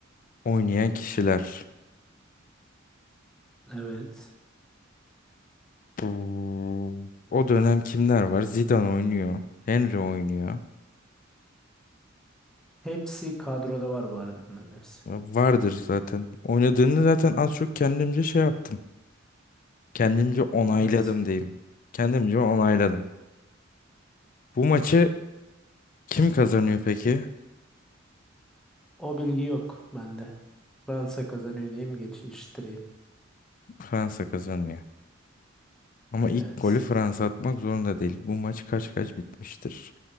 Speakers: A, on the left; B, in the centre.
A: oynayan kişiler.
B: Evet.
A: Bu- O dönem kimler var? Zidane oynuyor. Henry oynuyor.
B: Hepsi kadroda var bu arada bunların hepsi.
A: Vardır zaten. Oynadığını zaten az çok kendimce şey yaptım. Kendimce onayladım
B: Evet.
A: diyeyim. Kendimce onayladım. Bu maçı kim kazanıyor peki?
B: O bilgi yok bende. Fransa kazanıyor diyeyim geçiştireyim.
A: Fransa kazanıyor. Ama ilk
B: Evet.
A: golü Fransa atmak zorunda değil. Bu maç kaç kaç bitmiştir.